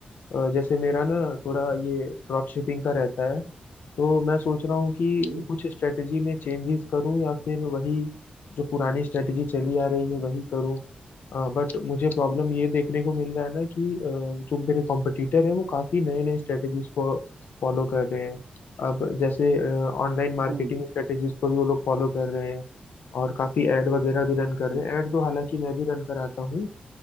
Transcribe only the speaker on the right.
हम्म
हम्म
हम्म